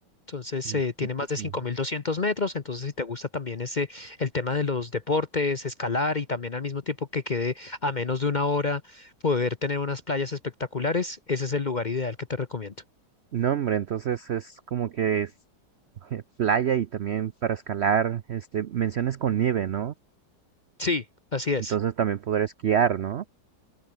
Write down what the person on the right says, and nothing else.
Mm,
Pico
Sinaloa.
No, hombre, entonces es como que es <laughs> playa y también para escalar, este, menciones con nieve, ¿no?
Entonces también poder esquiar, ¿no?